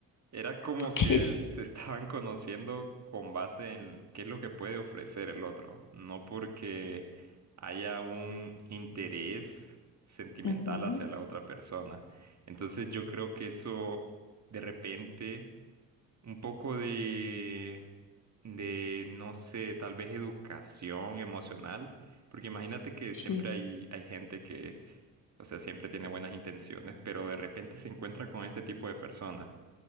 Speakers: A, on the right; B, on the left.
A: era como
B: Ok.
A: que se <laughs> estaban conociendo con base en qué es lo que puede ofrecer el otro, no porque haya un interés sentimental
B: Ujú,
A: hacia la otra persona. Entonces yo creo que eso de repente un poco de, de, no sé, tal vez educación emocional, porque imagínate que
B: Sí,
A: siempre hay, hay gente que, o sea, siempre tiene buenas intenciones, pero de repente se encuentra con este tipo de personas.